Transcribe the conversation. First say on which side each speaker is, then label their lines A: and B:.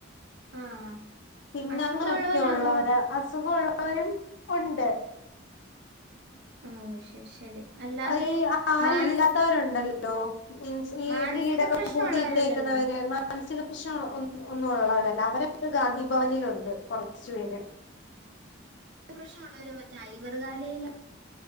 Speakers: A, on the right; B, on the left.
A: ആഹ്
B: പിന്നെ
A: അസുഖമുള്ളവരാന്നോ
B: അങ്ങനൊക്കെ ഉള്ളവര് അസുഖ ഉള്ളവരും ഉണ്ട്.
A: ഓ ശരി ശരി അല്ലാതെ
B: ഈ ആരും
A: മാനസ്
B: ഇല്ലാത്തവരുണ്ടല്ലോ മീൻസ് ഈ
A: മാനസിക
B: വീടൊക്കെ
A: പ്രശ്നമുള്ളവരല്ലല്ലോ
B: പൂട്ടിയിട്ടേക്കുന്നവര് മ മാനസിക പ്രശ്നം ഒന്നു ഉള്ളവരല്ല അവരൊക്കെ ഗാന്ധിഭവനിലുണ്ട് കൊറച്ചു പേര്
A: നസിക പ്രശ്നമുള്ളവരെ മറ്റ ഐവർ കാലെല്ല